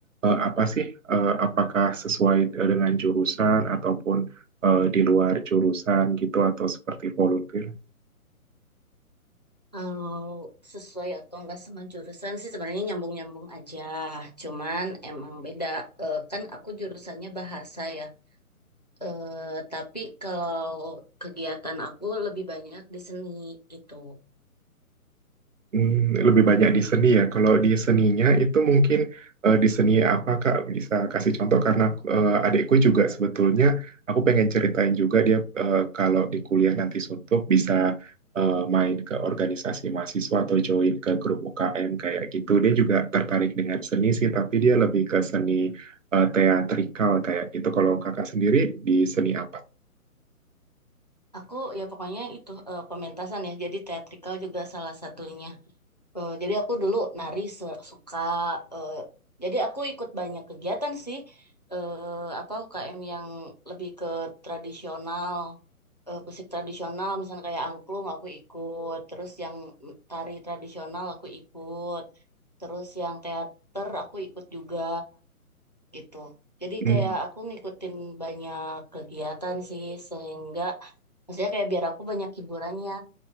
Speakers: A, on the right (about 60°); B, on the left (about 30°).
A: eh, apa sih? Eh, apakah sesuai eh, dengan jurusan ataupun eh, di luar jurusan gitu atau seperti volunteer?
B: kalau sesuai atau enggak sama jurusan sih sebenarnya nyambung-nyambung aja cuman emang beda Eh, kan aku jurusannya bahasa ya Eh, tapi kalau kegiatan aku lebih banyak di seni gitu
A: Hmm, lebih banyak di seni ya. Kalau di seninya itu mungkin eh, di seni apa Kak bisa kasih contoh karena eh, adikku juga sebetulnya aku pengen ceritain juga dia eh, kalau di kuliah nanti suntuk bisa eh, main ke organisasi mahasiswa atau join ke grup UKM kayak gitu. Dia juga tertarik dengan seni sih, tapi dia lebih ke seni eh, teatrikal kayak gitu. Kalau Kakak sendiri di seni apa?
B: aku ya pokoknya itu eh, pementasan ya jadi teatrikal juga salah satunya Eh, jadi aku dulu nari se- suka. eh, jadi aku ikut banyak kegiatan sih. eh apa UKM yang lebih ke tradisional, eh, musik tradisional, misalnya kayak angklung aku ikut. Terus yang tari tradisional aku ikut. Terus yang teater aku ikut juga gitu. Jadi
A: Hmm.
B: kayak aku ngikutin banyak kegiatan sih sehingga maksudnya kayak biar aku banyak hiburannya